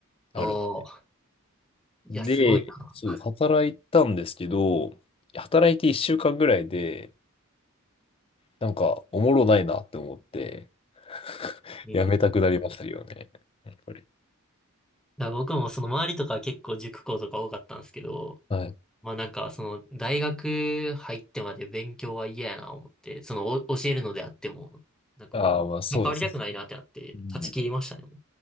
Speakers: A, on the left (about 25°); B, in the centre.
A: ある。
B: おーいや、
A: で、
B: すごいな。
A: そう、働いたんですけど、働いて1週間ぐらいで、なんか、おもろないなって思って、<laughs>
B: <laughs> い
A: やめたくなりましたよね。やっぱり。
B: や僕もその周りとか結構塾校とか多かったんですけど、
A: はい。
B: まあなんか、その、大学入ってまで勉強は嫌やな思って、その、お教えるのであっても、なんかもう、
A: ああ、まあそうですね。
B: 関わりたくないなってなって、
A: うん
B: 断ち切りましたね。